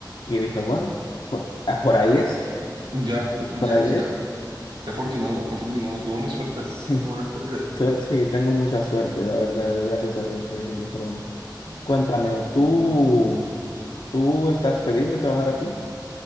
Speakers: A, on the left; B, on the right.
A: Y dije, bueno, por ah, por ahí es,
B: Ya, ya,
A: por ahí
B: ya, ya.
A: es.
B: Qué afortunado, qué afortunado, qué buena suerte.
A: Sí,
B: Qué buena suerte.
A: to- sí, tengo mucha suerte, la verdad, doy gracias a Dios por ello, pero
B: <laughs>
A: cuéntame, ¿tú, tú estás feliz de trabajar aquí?